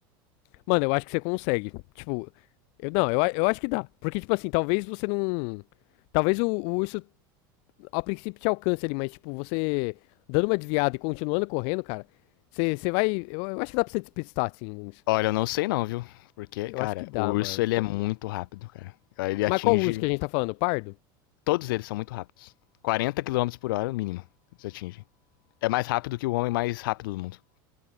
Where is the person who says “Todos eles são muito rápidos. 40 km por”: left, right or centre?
Left